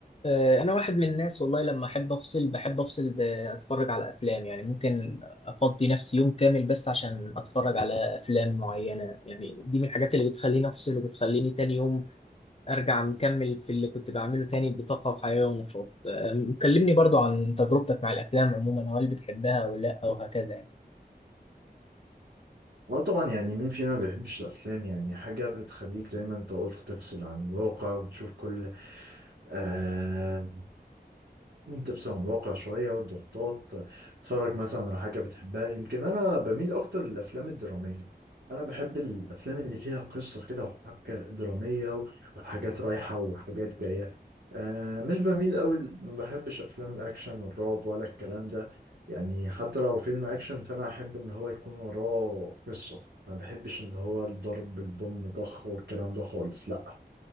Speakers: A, on the left; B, on the right.
A: آه، انا واحد من الناس والله لما احب افصل بحب افصل باتفرج على افلام يعني ممكن افضي نفسي يوم كامل بس عشان اتفرج على افلام معينة يعني دي من الحاجات اللي بتخليني افصل وبتخليني تاني يوم ارجع مكمل في اللي كنت بعمله تاني بطاقة وحيوية ونشاط أم، كلمني برضو عن تجربتك مع الافلام عموما وهل بتحبها ولا لا وهكذا يعني
B: اه طبعا يعني مين فينا ما بيحبش الافلام يعني حاجه بتخليك زي ما انت قلت تفصل عن الواقع وتشوف كل آه تفصل عن الواقع شوية والضغوطات تتفرج مثلا على حاجة بتحبها يمكن أنا بميل أكتر للأفلام الدرامية أنا بحب الأفلام اللي فيها قصة كده وحبكة درامية وحاجات رايحة وحاجات جاية آه مش بميل أوي ما بحبش أفلام الأكشن والرعب ولا الكلام ده يعني حتى لو فيلم أكشن فأنا أحب إن هو يكون وراه قصة ما بحبش إن هو الضرب بالبوم ضخ والكلام ده خالص لا